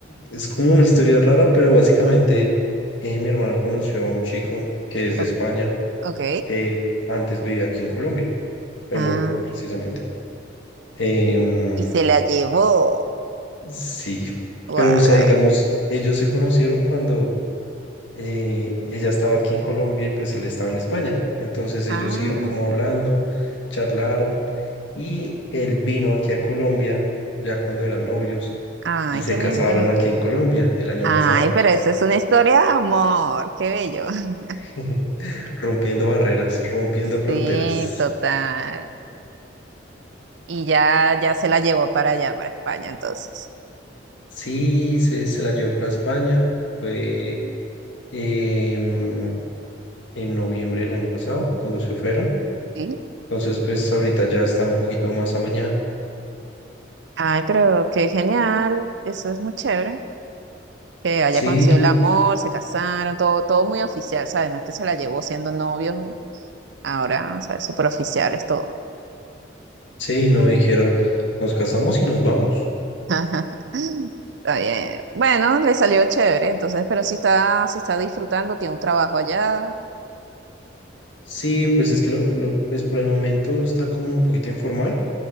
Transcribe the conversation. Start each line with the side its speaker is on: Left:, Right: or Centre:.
Left: es como una historia rara, pero básicamente eh, mi hermana conoció a un chico que es
Right: o-
Left: de España,
Right: Ok.
Left: que antes vivía aquí en Colombia, en
Right: Ah,
Left: Bogotá, precisamente. Em,
Right: y se la llevó.
Left: sí,
Right: Guau.
Left: pero o sea, digamos, ellos se conocieron cuando eh, ella estaba aquí en Colombia y pues él estaba en España. Entonces ellos
Right: Ah,
Left: siguieron como hablando, charlaron y él vino aquí a Colombia ya cuando eran novios
Right: ay,
Left: y se
Right: qué lindo.
Left: casaron aquí en Colombia el año
Right: Ay,
Left: pasado.
Right: pero eso es una historia de amor. Qué bello. <laughs>
Left: <laughs> rompiendo barreras, rompiendo fronteras.
Right: Sí, total. y ya, ya se la llevó para allá, para España, entonces.
Left: Sí, se, se la llevó para España. Fue em, en noviembre del año pasado, cuando se fueron.
Right: Sí.
Left: Entonces, pues ahorita ya está un poquito más amañada.
Right: Ay, pero qué genial, eso es muy chévere. Que haya
Left: Sí,
Right: conseguido el amor, se casaron, todo, todo muy oficial, ¿sabes? No es que se la llevó siendo novios, ahora, ¿sabes? Súper oficiales, todo.
Left: sí, no dijeron, nos casamos y nos vamos.
Right: <laughs> Está bien. Bueno, le salió chévere, entonces, pero si está, si está disfrutando, tiene un trabajo allá.
Left: Sí, pues es que lo, lo- pues por el momento está como un poquito informal,